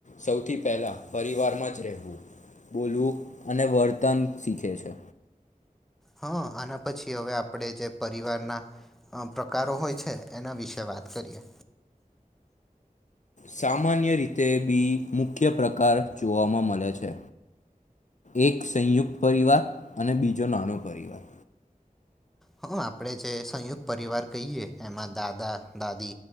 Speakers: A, on the left; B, in the centre.
A: સૌથી પહેલા પરિવારમાં જ રહેવું બોલવું અને વર્તન શીખે છે.
B: હા આના પછી હવે આપણે જે પરિવારના અ પ્રકારો હોય છે એના વિશે વાત કરીએ.
A: સામાન્ય રીતે બી મુખ્ય પ્રકાર જોવામાં મળે છે. એક સંયુક્ત પરિવાર અને બીજો નાનો પરિવાર.
B: હા, આપડે જે સંયુક્ત પરિવાર કહીએ એમાં દાદા દાદી